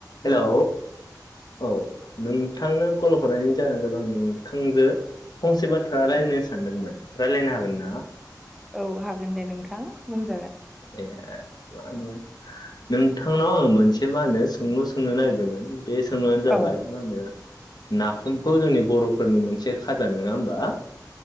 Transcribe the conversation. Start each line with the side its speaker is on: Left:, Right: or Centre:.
Left: Hello औ नोंथांनो कल हरनायनि जाहोना जानदों। थांजो फंसे बाथ्रा रायलायनो सानदोंमोन रायलायनो हागोन ना?
Centre: औ हागोन दे नोंथां बुं
Left: ए मा होनो नोंथांनाव आङो मोनसे मा होनो सोंलु सोंनो नागिरदोमोन। बे सोंनायानो जाबाय
Centre: औ
Left: मा होनो नाफामखौ जोंनि बर'फोरनि मोनसे खाजा नङा होमबा